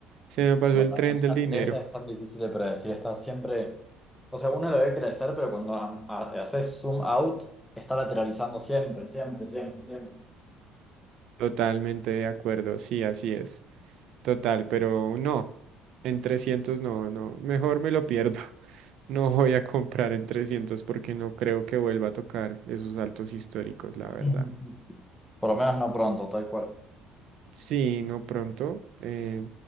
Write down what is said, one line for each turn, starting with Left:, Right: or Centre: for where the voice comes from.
Right: se me pasó
Centre: Bueno,
Right: el tren
Centre: Nikola
Right: del dinero.
Centre: Tesla es tan difícil de predecir, está siempre, o sea, uno la ve crecer, pero cuando ha- ha- haces zoom out, está lateralizando siempre, siempre, siempre, siempre.
Right: Totalmente de acuerdo, sí, así es. Total, pero no, en 300 no, no, mejor me lo pierdo. <laughs> No voy a comprar en 300 porque no creo que vuelva a tocar esos altos históricos, la verdad.
Centre: Ujú. Por lo menos no pronto, tal cual.
Right: Sí, no pronto. eh,